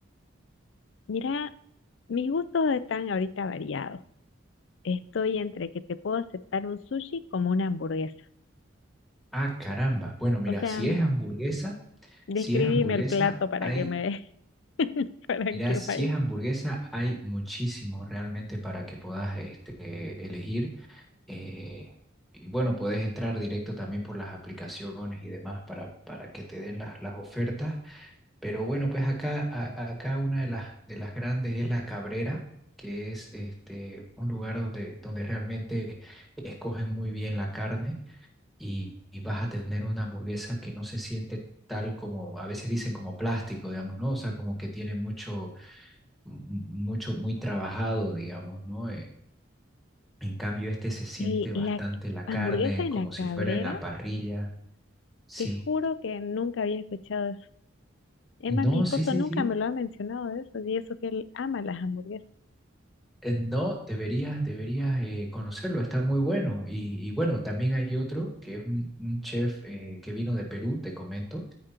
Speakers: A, on the left; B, in the centre.
A: Mira, mis gustos están ahorita variados. Estoy entre que te puedo aceptar un sushi como una hamburguesa.
B: Ah, caramba. Bueno, mira,
A: O sea,
B: si es hamburguesa,
A: Describime
B: si es hamburguesa,
A: el plato para
B: hay,
A: que me <laughs> para
B: mira,
A: que
B: si
A: vaya.
B: es hamburguesa, hay muchísimo realmente para que puedas este, elegir. Eh, y bueno, puedes entrar directo también por las aplicaciones y demás para, para que te den las, las ofertas. Pero bueno, pues acá, a- acá una de las, de las grandes es La Cabrera, que es este, un lugar donde, donde realmente escogen muy bien la carne y, y vas a tener una hamburguesa que no se siente tal como, a veces dicen como plástico, digamos, ¿no? O sea, como que tiene mucho, m- m- mucho, muy trabajado, digamos, ¿no? Eh, en cambio, este se siente
A: Y
B: bastante
A: la
B: la
A: hamburguesa
B: carne,
A: en
B: como
A: la Cabrera,
B: si fuera en la parrilla. Sí.
A: te juro que nunca había escuchado eso. Es
B: No,
A: más, mi esposo
B: sí, sí,
A: nunca
B: sí.
A: me lo ha mencionado eso, y eso que él ama las hamburguesas.
B: Eh, No, deberías, deberías eh, conocerlo, está muy bueno. Y, y bueno, también hay otro que es un, un chef eh, que vino de Perú, te comento.